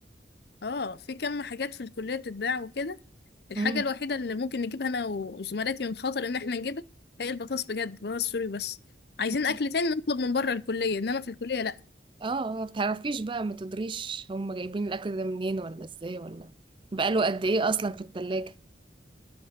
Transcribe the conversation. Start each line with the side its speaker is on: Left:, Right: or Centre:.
Left: اه في كم حاجات في الكلية بتتباع وكده الحاجة
Right: مم.
Left: الوحيدة اللي ممكن نجيبها انا وزملاتي من خطر ان احنا نجيبها هي البطاطس بجد بطاطس سوري بس عايزين اكل
Right: مم.
Left: تاني نطلب من بره الكلية انما في الكلية لا
Right: اه ما بتعرفيش بقى ما تدريش هم جايبين الاكل ده منين ولا ازاي ولا بقاله قد ايه اصلا في التلاجة